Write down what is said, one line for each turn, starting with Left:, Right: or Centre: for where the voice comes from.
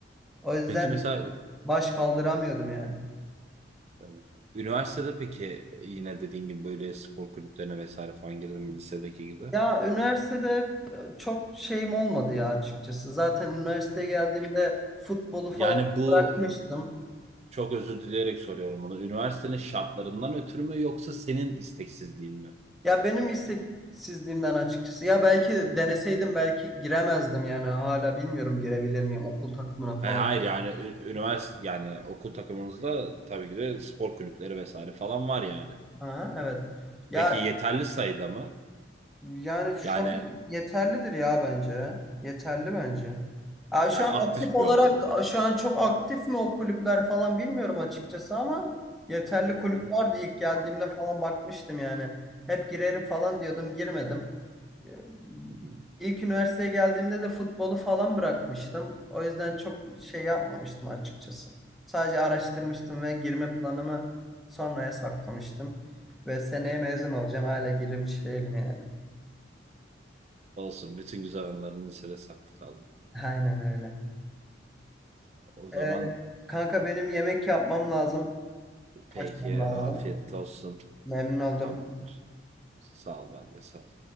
Centre: O yüzden
Right: peki mesela
Centre: baş kaldıramıyordum yani.
Right: Tabii. Üniversitede peki e, yine dediğin gibi böyle spor kulüplerine vesaire falan girdin mi lisedeki gibi?
Centre: Ya üniversitede çok şeyim olmadı ya açıkçası. Zaten üniversiteye geldiğimde futbolu falan
Right: Yani bu
Centre: bırakmıştım.
Right: çok özür dileyerek soruyorum bunu. Üniversitenin şartlarından ötürü mü yoksa senin isteksizliğin mi?
Centre: Ya benim isteksizliğimden açıkçası. Ya belki deneseydim belki giremezdim yani. Hala bilmiyorum girebilir miyim okul takımına falan.
Right: Ha, hayır yani ü- üniversite yani okul takımımızda tabii ki de spor kulüpleri vesaire falan var yani.
Centre: Aha, evet. Ya
Right: Peki yeterli sayıda mı?
Centre: Yani şu
Right: Yani
Centre: an yeterlidir ya bence. Yeterli bence. Ya şu
Right: yani
Centre: an
Right: aktif
Centre: aktif olarak
Right: bir okul.
Centre: şu an çok aktif mi o kulüpler falan bilmiyorum açıkçası ama yeterli
Right: Hı
Centre: kulüp
Right: hı,
Centre: vardı ilk geldiğimde falan bakmıştım yani. Hep girerim falan diyordum girmedim. Ee,
Right: hı hı.
Centre: İlk üniversiteye geldiğimde de futbolu falan bırakmıştım. O yüzden çok şey yapmamıştım açıkçası. Sadece araştırmıştım ve girme planımı sonraya saklamıştım. Ve seneye mezun olacağım. Hala girmiş değilim yani.
Right: Olsun bütün güzel anıların lisede saklı kaldı.
Centre: Aynen öyle.
Right: O zaman
Centre: Ee, kanka benim yemek yapmam lazım. Kaçmam
Right: peki afiyet
Centre: lazım.
Right: olsun.
Centre: Memnun oldum.
Right: Tamamdır. Sağ ol ben de sağ ol.